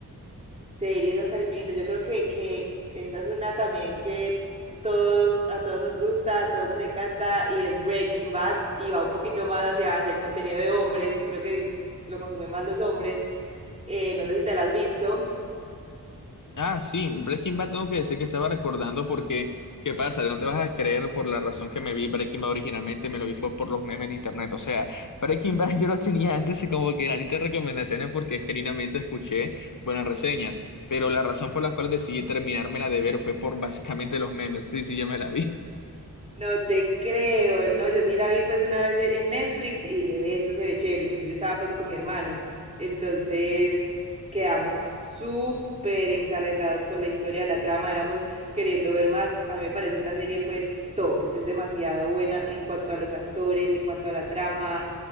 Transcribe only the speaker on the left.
Ah, sí, Breaking Bad tengo que decir que estaba recordando porque, ¿qué pasa? No te vas a creer por la razón que me vi Breaking Bad originalmente, me lo vi fue por los memes en internet. O sea, Breaking Bad <laughs> yo lo tenía antes y como que en la lista de recomendaciones porque genuinamente escuché buenas reseñas, pero la razón por la cual decidí terminármela de ver fue por básicamente los memes. Sí, sí, ya me la vi.